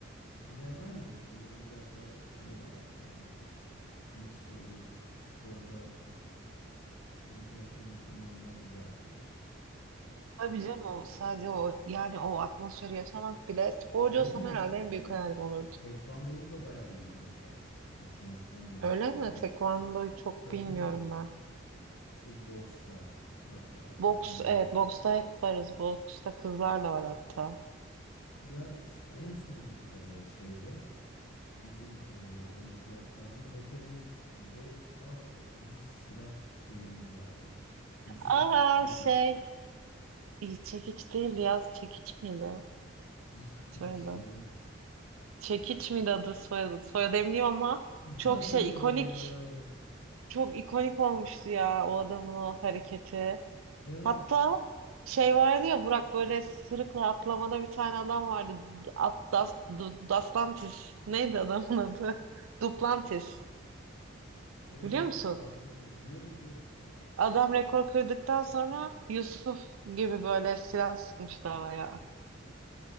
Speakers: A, on the left; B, on the right.
A: Ya aynen onların biraz da şeyi vardır yani hani nasıl söyleyeyim sporda e, olimpiyatta olmak inanılmaz güzel bir duygudur.
B: Tabii canım o sadece o yani o atmosferi yaşamak bile sporcu
A: Ezgi
B: olsam herhalde
A: düşünsene.
B: en büyük hayalim olurdu.
A: Tekvando'da da bayağı iyi durumdaydık. Hani çoğun son dönemlerde.
B: Öyle mi? Tekvando'yu çok
A: Tabii
B: bilmiyorum
A: tabii.
B: ben.
A: Bu boksta hatta
B: Boks
A: tekvandoda
B: evet
A: falan.
B: boksta hep varız. Boksta kızlar da var hatta.
A: Ya ş- en son e, şeyde bizim e, olimpiyatlarda Mete'nin ve a, bir silah şeyimiz vardı. Yusuf
B: Aa
A: Çekiç.
B: şey iyi, çekiç değildi ya çekiç miydi
A: Yusuf Çekiç
B: soyadı?
A: dedi mi?
B: Çekiç miydi adı soyadı? Soyadı eminim ama
A: <laughs>
B: çok
A: Ya soyadından
B: şey ikonik
A: emin olamadım.
B: çok ikonik olmuştu ya o adamın o hareketi.
A: Değil mi?
B: Hatta şey vardı ya Burak böyle sırıkla atlamada bir tane adam vardı. D- At, das, Du- Duplantis. Neydi adamın adı? <laughs> Duplantis.
A: Evet
B: Biliyor
A: evet
B: musun?
A: duplan duplu biliyorum biliyorum.
B: Adam rekor kırdıktan sonra Yusuf gibi böyle silah sıkmıştı havaya.